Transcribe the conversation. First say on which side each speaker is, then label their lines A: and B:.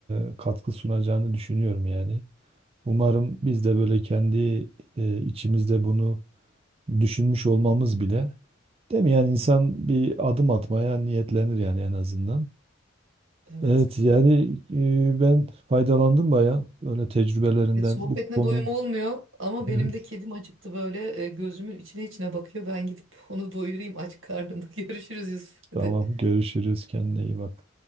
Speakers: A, on the right; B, on the right.
A: e, katkı sunacağını düşünüyorum yani. Umarım biz de böyle kendi e, içimizde bunu düşünmüş olmamız bile değil mi? Yani insan bir adım atmaya niyetlenir yani en azından.
B: Evet.
A: Evet yani e, ben faydalandım bayağı öyle tecrübelerinden
B: Evet, sohbetine
A: bu konuyu.
B: doyum
A: <laughs>
B: olmuyor ama benim
A: Evet.
B: de kedim acıktı böyle e, gözümün içine içine bakıyor. Ben gidip onu doyurayım aç karnında. <laughs> Görüşürüz Yusuf. Hadi.
A: Tamam görüşürüz kendine iyi bak.